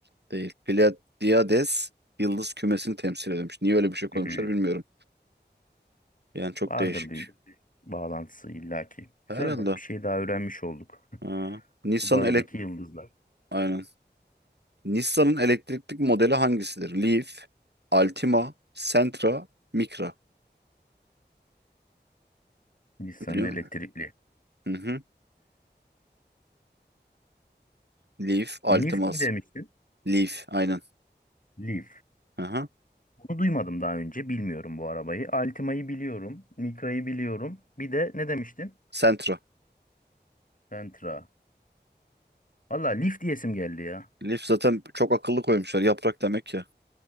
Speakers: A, on the right; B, on the left.
A: Değil. Pleiades yıldız kümesini temsil ediyormuş. Niye öyle bir şey koymuşlar
B: Hmm,
A: bilmiyorum. Yani çok
B: Vardır
A: değişik.
B: bir bağlantısı illaki. Güzel
A: Herhalde.
B: bak bir şey daha öğrenmiş olduk.
A: Ha.
B: <laughs>
A: Nissan
B: Subaru'daki
A: elek
B: yıldızlar.
A: aynen. Nissan'ın elektrikli modeli hangisidir? Leaf, Altima, Sentra, Micra.
B: Nissan'ın
A: Biliyor
B: elektrikli.
A: musun? Hı hı. Leaf, Altima,
B: Leaf mi demiştin?
A: Leaf aynen.
B: Leaf.
A: Aha.
B: Bunu duymadım daha önce. Bilmiyorum bu arabayı. Altima'yı biliyorum. Micra'yı biliyorum. Bir de ne demiştin?
A: Sentra.
B: Sentra. Valla Leaf diyesim geldi ya.
A: Leaf zaten çok akıllı koymuşlar. Yaprak demek ya.